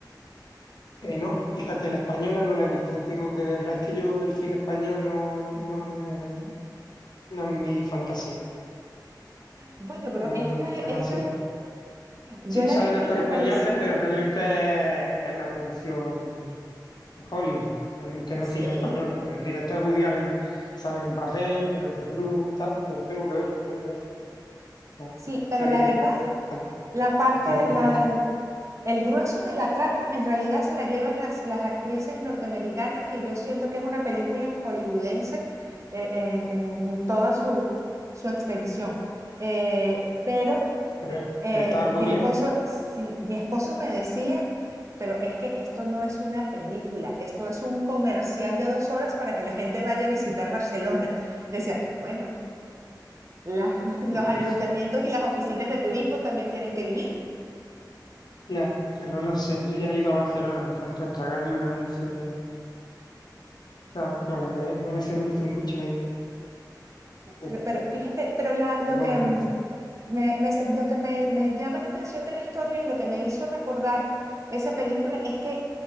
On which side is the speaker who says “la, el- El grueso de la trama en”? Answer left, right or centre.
Right